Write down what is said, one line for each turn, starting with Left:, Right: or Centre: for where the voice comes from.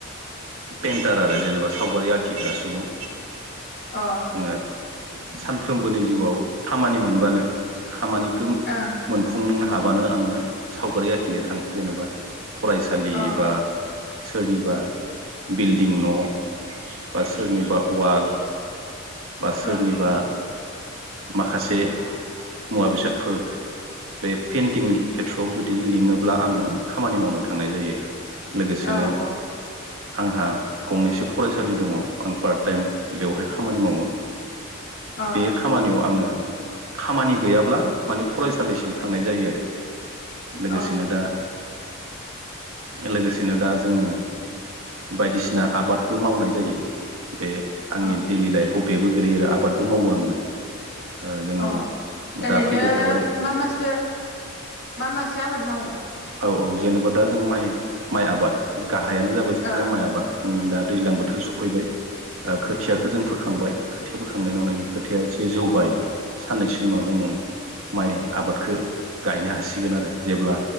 Right: पेन्टार आरो जेनेबा सावगारि आखिग्रा सुबुं।
Left: अ।
Right: आङो सानफ्रोमबोनि जिउआव खामानि मोनबानो खामानिखौ
Left: ओं अ
Right: मोनफुंनो हा बानो आंङो सावगारि आखिनो थांङो जेनोबा। फरायसालि
Left: औ
Right: बा सोरनिबा बिल्डिं न' बा सोरनिबा अवाल बा सोरनिबा
Left: ओं औ
Right: माखासे मुवा बेसादफोर बे पेइन्टिंनि खेथ्र'आव जुदि लिङोब्ला आङो खामानि मावनो थांनाय जायो लोगोसेनो
Left: औ
Right: आंहा गंनैसो फरायसालि दङ आं पार्ट टाइम बेवहाय खामानि मावो
Left: अ
Right: बे खामानियाव आङो खामानि गैयाब्ला माने फरायसालिसिम थांनाय जायो आरो लोगोसेनो
Left: अ
Right: दा लोगोसेनो दा जोङो बायदिसिना आबादबो मावनाय जायो बे आंनि
Left: अ
Right: डेलि लाइफआव बेबो गोलैयो आरो आबादबो मावो आङो ओ जोङो
Left: अ ओरैनो
Right: दा फैबाय थाबाय
Left: मा मासो मा मासो आबाद मावो?
Right: औ औ जेनेबा दा जों माइ माइ आबाद गाहायानो जाबाय जोंना
Left: औ
Right: माइ आबाद उम दा दैज्लां बोथोरखौ सफैबाय ओ खोथियाखौ
Left: औ
Right: जों फोखांबाय खोथिया बोखांनाय नंनायनि खोथाया एसे जौबाय साननैसोनि उनाव जोङो माइ आबादखौ गायनो हासिगोन आरो जेब्ला